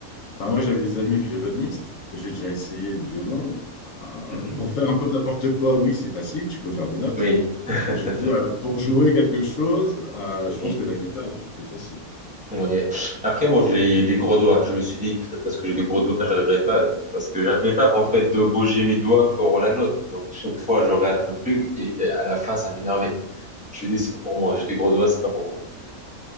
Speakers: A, on the left (about 65°); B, in the centre.
A: Enfin, moi, j'avais des amis violonistes. J'ai déjà essayé le violon. Euh,
B: Mhm.
A: pour faire un peu n'importe quoi, oui, c'est facile. Tu peux faire des notes.
B: Oui. <laughs>
A: Mais je veux dire, pour jouer quelque chose, euh,
B: oui.
A: je pense que la guitare est beaucoup plus facile.
B: Ouais. Après, moi, j'ai des gros doigts. Je me suis dit, peut-être parce que j'ai des gros doigts, j'arriverai pas. Parce que j'arrivais pas, en fait, de bouger mes doigts pour la note. Donc, chaque fois, je rate un truc et à la fin, ça m'énervait. Je me suis dit, c'est pas pour moi. J'ai des gros doigts, c'est pas pour moi.